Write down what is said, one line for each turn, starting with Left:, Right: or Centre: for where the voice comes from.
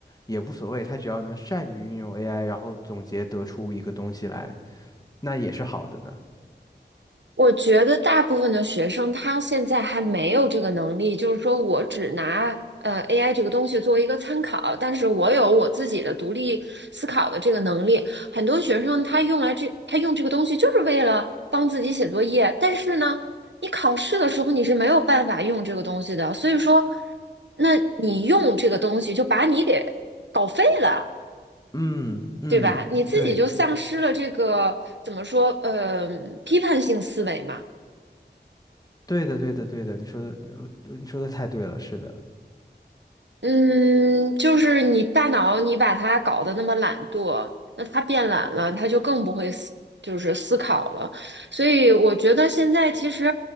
Left: 也无所谓，他只要能善于运用 AI，然后总结得出一个东西来，那也是好的呢？
Right: 我觉得大部分的学生他现在还没有这个能力，就是说我只拿呃 AI 这个东西作为一个参考，但是我有我自己的独立思考的这个能力。很多学生他用来这，他用这个东西就是为了帮自己写作业，但是呢，你考试的时候你是没有办法用这个东西的，所以说，那你用这个东西就把你给搞废了。
Left: 嗯嗯，
Right: 对吧？你自己就丧失了这个怎么说，
Left: 对
Right: 呃，批判性思维嘛。
Left: 对的对的对的，你说的呃你说的太对了，是的。
Right: 嗯，就是你大脑你把它搞得那么懒惰，那它变懒了，它就更不会思，就是思考了。所以我觉得现在其实，